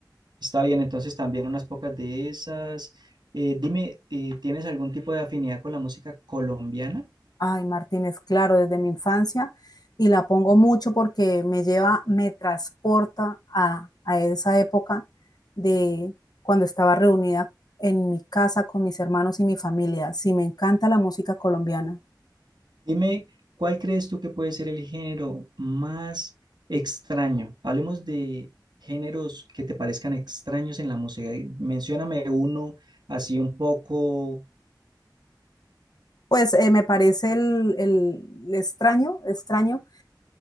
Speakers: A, on the right; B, on the left.
A: Está bien, entonces también unas pocas de esas. Eh, dime, eh, ¿tienes algún tipo de afinidad con la música colombiana?
B: Ay, Martínez, claro, desde mi infancia y la pongo mucho porque me lleva, me transporta a, a esa época de cuando estaba reunida en mi casa con mis hermanos y mi familia. Sí, me encanta la música colombiana.
A: Dime, ¿cuál crees tú que puede ser el género más extraño? Hablemos de géneros que te parezcan extraños en la música. Mencióname uno así un poco
B: Pues eh, me parece el, el- el extraño, extraño,